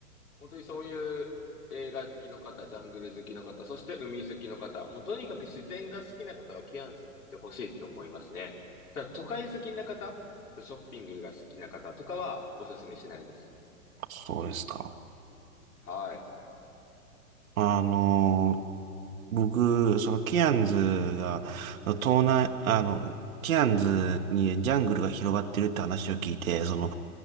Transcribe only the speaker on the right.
そうですか。
あのー、僕、そのケアンズが、その東南、あの、ケアンズにジャングルが広がってるって話を聞いて、その、